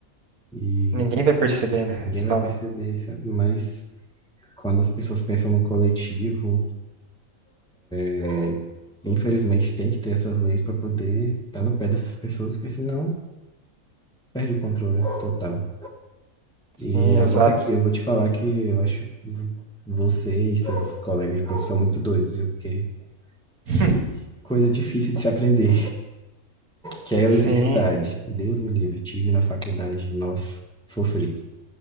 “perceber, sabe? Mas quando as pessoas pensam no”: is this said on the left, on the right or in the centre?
Centre